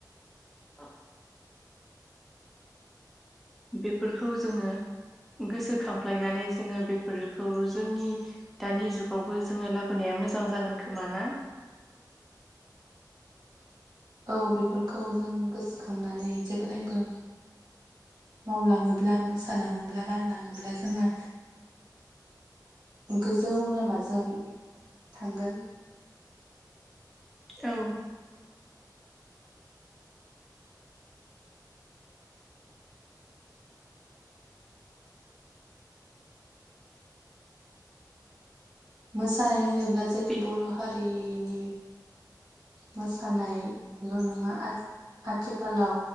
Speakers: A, in the centre; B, on the right.
A: ब <unintelligible> बेफोरखौ जोङो गोसोखांफ्लायनानै जोङो बेफोरखौ जोंनि दानि जुगावबो जोङो लाबोनाया मोजां जागोन खोमा ना?
B: <inaudible> औ बेफोरखौ जों गोसोखांनानै जेब्लायबो मावलाङोब्ला मोसालाङोब्ला गानलाङोब्ला जोङो गोजौ लामाजों थांगोन
A: औ
B: मोसानाय होनोब्ला जोंनि
A: बे
B: बर' हारिनि मोसानायल' नङा आ आथिखालाव